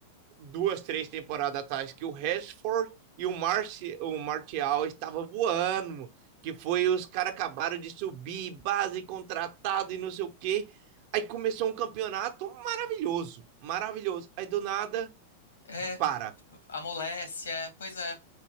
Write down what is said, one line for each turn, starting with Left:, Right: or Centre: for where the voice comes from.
Right: duas, três temporadas atrás que o Rashford e o, Marci, o Martial estavam voando, que foi os caras acabaram de subir, base contratado e não sei o quê. Aí começou um campeonato maravilhoso, maravilhoso. Aí do nada,
Left: É,
Right: para.
Left: amolece, é, pois é.